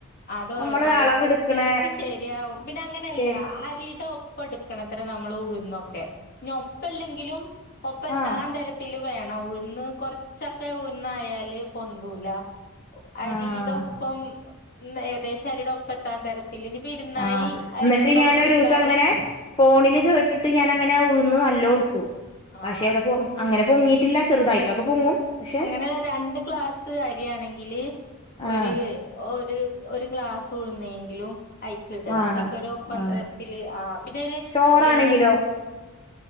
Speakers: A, on the left; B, on the left.
A: <inaudible> അത്
B: നമ്മള്
A: ഓരോരുത്തര്
B: അളവെടുക്കണ
A: ചിലവർക്ക് ശരിയാവും ഇവിടെ അങ്ങനെയല്ല
B: ശരി
A: അരിടെ ഒ ഒപ്പം എടുക്കണത്ര നമ്മള് ഉഴുന്നൊക്കെ ഇനി ഒപ്പല്ലെങ്കിലും ഒപ്പം എത്താൻ
B: ആഹ്
A: തരത്തില് വേ ണം ഉഴുന്ന് കൊറച്ചൊക്കെ ഉഴുന്നായാല് പൊന്തൂല അരിയുടെ
B: ആഹ്
A: ഒപ്പം നെ അത് <unintelligible> അരിയുടെ ഒപ്പെത്താൻ തരത്തില് ഇനി ഇരുന്നാഴി
B: ആഹ്
A: അരിയൊക്കെ
B: എന്നിട്ട്
A: നമ്മള്
B: ഞാനൊരൂസം
A: എടുത്താല്
B: അങ്ങനെ ഫോണില് കേട്ടിട്ട് ഞാൻ അങ്ങനെ ഉഴുന്ന് നല്ലോ എടുത്തു
A: ആഹ്
B: പക്ഷെ ഇവിടെ പൊ അങ്ങനെ പൊങ്ങിയിട്ടില്ല ചെറുതായിട്ടൊക്കെ പൊങ്ങും പക്ഷെ
A: അങ്ങനെ രണ്ട് ഗ്ലാസ്സ് അരിയാണെങ്കില്
B: ആഹ്
A: ഒര് ഒ ഒരു ഒരു ഗ്ലാസ് ഉഴുന്നെങ്കിലും അയ്ക്ക്‌ ഇടുക
B: വാണം
A: അയ്ക്ക്‌ ഒര് ഒപ്പം
B: ആഹ്
A: തരത്തില് ആഹ് പിന്നേര്
B: ചോറാണെങ്കിലോ
A: ലേശ്